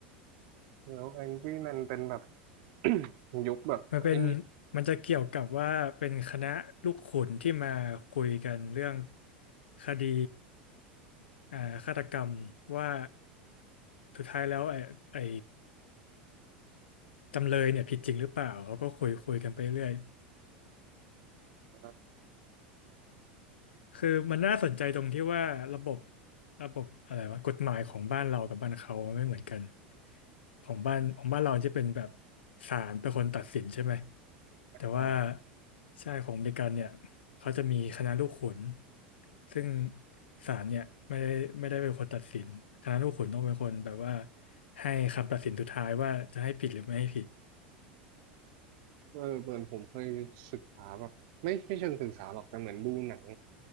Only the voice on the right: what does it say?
แล้วแองกี้มันเป็นแบบ <clears throat> <coughs> ยุคแบบไอ้นี่
นะ
ใช่
เออเหมือนผมเคยศึกษาแบบไม่ไม่เชิงศึกษาหรอกแต่เหมือนดูหนัง